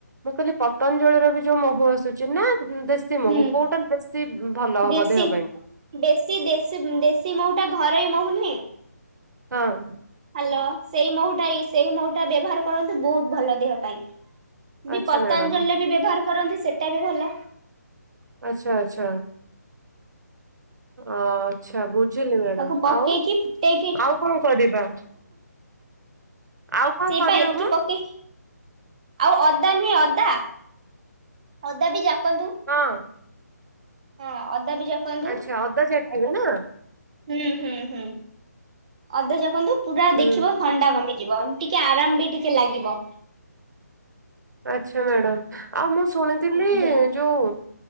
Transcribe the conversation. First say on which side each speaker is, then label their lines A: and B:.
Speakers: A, on the right; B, on the right.
A: ମୁଁ କହିଲି ପତଞ୍ଜଳି ର ବି ଯୋଉ ମହୁ ଆସୁଛି ନା ଦେ ଶୀ ମହୁ
B: ହୁଁ
A: କୋଉଟା ବେଶୀ ଭଲ
B: ଦେଶୀ
A: ହବ ଦେହ ପାଇଁକା?
B: ଦେଶୀ ଦେଶୀ ଦେଶୀ ମହୁ ଟା ଘରୋଇ ମହୁ ନୁହେଁ।
A: ହଁ।
B: ହ୍ୟାଲୋ ସେଇ ମହୁଟା ସେଇ ମହୁଟା ବ୍ୟବହାର କରନ୍ତୁ ବହୁତ ଭଲ ଦେହ ପାଇଁ। ବି
A: ଆଚ୍ଛା
B: ପତାଞ୍ଜଳିର
A: ମ୍ୟାଡାମ
B: ବି ବ୍ୟବହାର କରନ୍ତି ସେଟା ବି ଭଲ।
A: ଆଚ୍ଛା ଆଚ୍ଛା। ଆଚଛା ବୁଝିଲି ମ୍ୟାଡାମ
B: ତାକୁ ପକେଇକି
A: ଆଉ
B: ଫୁଟେଇକି
A: ଆଉ କଣ କରିବା? ଆଉ କଣ
B: ସେଇପା
A: କରିହବ
B: ଏତିକି ପକେଇ ଆଉ ଅଦା ନୁହେଁ ଅଦା ଅଦା ବି ଜାକନ୍ତୁ।
A: ହଁ।
B: ହଁ ଅଦା ବି ଜାକନ୍ତୁ
A: ଆଚ୍ଛା ଅଦା ଛାଟିବେ ନା
B: ହୁଁ ହୁଁ ହୁଁ ଅଦା ଜାକନ୍ତୁ ପୁରା
A: ହୁଁ
B: ଦେଖିବ ଥଣ୍ଡା କମିଯିବ ଟିକେ ଆରାମ ବି ଟିକେ ଲାଗିବ।
A: ଆଚ୍ଛା ମ୍ୟାଡ଼ାମ ଆଉ ମୁଁ ଶୁଣିଥିଲି
B: ଆଜ୍ଞା।
A: ଯୋଉ